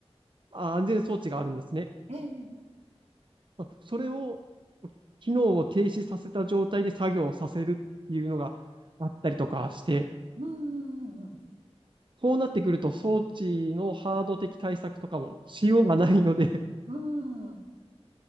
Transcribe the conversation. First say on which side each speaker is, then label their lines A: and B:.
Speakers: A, on the right; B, on the right.
A: あ安全装置があるんですね。
B: ええええ
A: まあ、それを、機能を停止させた状態で作業をさせるっていうのがあったりとかして、
B: うんうんうん
A: こうなってくると装置のハード的対策とかもしようがないので
B: うん。うーん。